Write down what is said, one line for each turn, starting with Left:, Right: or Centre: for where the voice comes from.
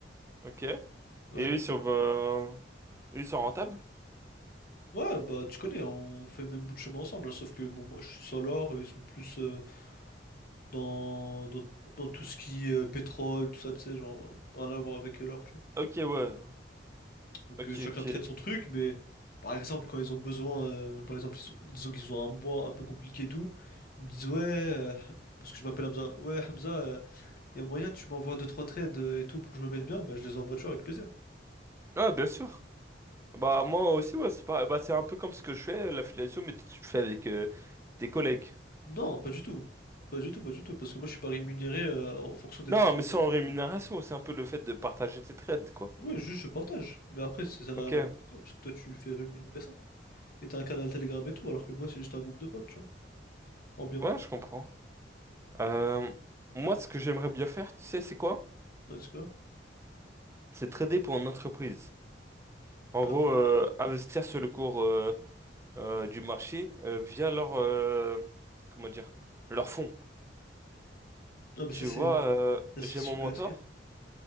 Right: ok. Et
Left: Ouais.
Right: eux ils sont, euh, eux, ils sont rentables?
Left: Ouais, bah, tu connais, on fait le même bout de chemin ensemble. hein, Sauf que, bon, moi, je suis sur l'or, eux, ils sont plus. euh, dans, dans, dans tout ce qui est euh, pétrole, tout ça, tu sais, genre, rien à voir avec euh, l'or, tu vois.
Right: Ok, ouais.
Left: Donc
Right: Ok,
Left: euh, chacun
Right: ok.
Left: traite son truc, mais par exemple, quand ils ont besoin, euh, par exemple, ils, ils- disons qu'ils ont un mois un peu compliqué et tout, ils me disent, ouais, euh, <laughs> parce que je m'appelle Hamza, ouais, Hamza, il y a moyen, tu m'envoies deux, trois trades euh, et tout pour que je me mette bien, bah, je les envoie, tu vois, avec plaisir.
Right: Ah, bien sûr. Bah moi aussi, ouais. C'est pas... bah, c'est un peu comme ce que je fais, l'affiliation, mais tu le fais avec euh, tes collègues.
Left: Non, pas du tout. Pas du tout, pas du tout, parce que moi je suis pas rémunéré euh, en fonction des
Right: Non,
Left: trades
Right: mais
Left: que je
Right: sans
Left: leur envoie.
Right: rémunération, c'est un peu le fait de partager tes trades, quoi.
Left: Ouais, juste je partage. Mais après, c'est- ça n'a
Right: Ok.
Left: rien à voir avec toi, parce que toi tu fais rémunérer ça. Et t'as un canal Telegram et tout, alors que moi, c'est juste un groupe de potes, tu vois. En bien.
Right: Ouais, je comprends. Euh, moi, ce que j'aimerais bien faire, tu sais, c'est quoi?
Left: Ouais, c'est quoi?
Right: C'est trader pour une entreprise. En gros,
Left: Ah,
Right: euh, investir sur le cours. euh, euh, du marché euh, via leur euh, comment dire leur fonds.
Left: non, mais
Right: Tu
Left: ça, c'est
Right: vois, euh,
Left: ça, c'est
Right: j'ai
Left: super
Right: mon mentor.
Left: risqué.